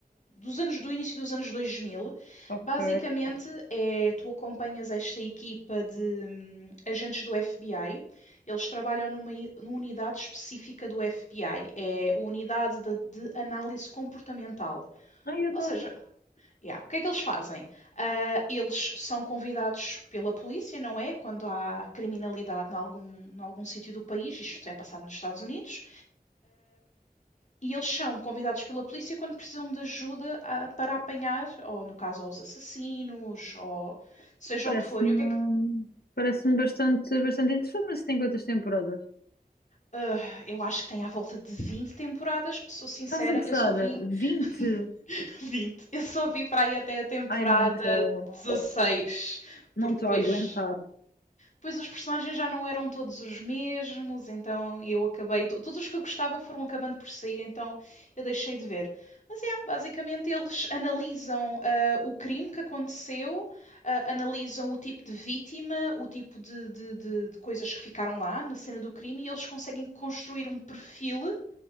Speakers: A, on the left; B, on the left.
A: dos anos do início dos anos 2000.
B: Ok.
A: Basicamente é tu acompanhas esta equipa de hum, agentes do FBI. Eles trabalham numa, numa unidade específica do FBI, é a unidade de, de análise comportamental.
B: Ai, adoro.
A: Ou seja, Yeah. O que é que eles fazem? Ah, eles são convidados pela polícia, não é? Quando há criminalidade em algum, em algum sítio do país, isto é passado nos Estados Unidos, e eles são convidados pela polícia quando precisam de ajuda ah, para apanhar, ou no caso, aos assassinos, ou seja
B: Parece-me,
A: o que for. E o que é que.
B: parece-me bastante, bastante interessante, mas tem quantas temporadas?
A: Ah, eu acho que tem à volta de 20 temporadas, sou sincera,
B: Estás a gozar?
A: eu só vi
B: 20.
A: <laughs> 20. Eu só vi para aí até a temporada
B: Ai, não estou,
A: 16,
B: não
A: porque
B: estou
A: depois
B: a aguentar.
A: Pois os personagens já não eram todos os mesmos, então eu acabei. to- Todos os que eu gostava foram acabando por sair, então eu deixei de ver. Mas é, basicamente eles analisam ah, o crime que aconteceu, ah, analisam o tipo de vítima, o tipo de, de- de- de coisas que ficaram lá na cena do crime e eles conseguem construir um perfil